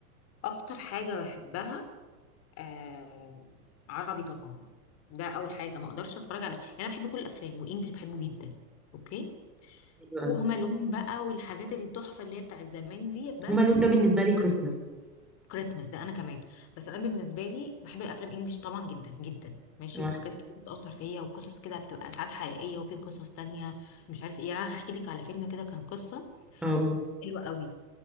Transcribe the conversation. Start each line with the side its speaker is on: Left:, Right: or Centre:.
Left: اكتر حاجه بحبها آه عربي طبعا ده اول حاجه ما اقدرش اتفرج على يعني انا بحب كل الافلام وانجلش بحبه جدا اوكي
Centre: حلو قوي
Left: وهما لون بقى والحاجات التحفه اللي هي بتاعت زمان دي بس
Centre: هما لون ده بالنسبه لي كريسمس
Left: كريسمس ده انا كمان بس انا بالنسبه لي بحب الافلام انجلش طبعا جدا جدا ماشي
Centre: وانا
Left: وحاجات كتير بتاثر فيا وقصص كده بتبقى ساعات حقيقيه وفي قصص تانية مش عارف ايه يعني انا هحكي لك على فيلم كده كان قصه
Centre: اه
Left: حلوه قوي